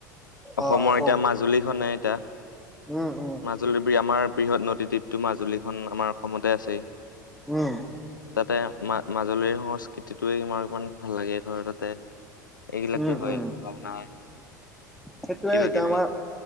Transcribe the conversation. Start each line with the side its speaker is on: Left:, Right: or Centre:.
Centre: অ',
Left: অসমৰ
Centre: অ', কওঁ
Left: এতিয়া মাজুলী খনে এতিয়া
Centre: উম উম
Left: মাজুলী বি আমাৰ বৃহৎ নদী দ্বীপ। টো মাজুলীখন আমাৰ অসমতে আছেই
Centre: উম,
Left: তাতে মা মাজুলীৰ সংস্কৃতিটোৱে মাৰ ইমান ভাল লাগে ধৰ তাতে এইবিলাক
Centre: উম,
Left: যে হয়
Centre: উম,
Left: ভওনা
Centre: সেইটোয়ে
Left: কিবা
Centre: এতিয়া
Left: কিবি
Centre: আমাৰ
Left: -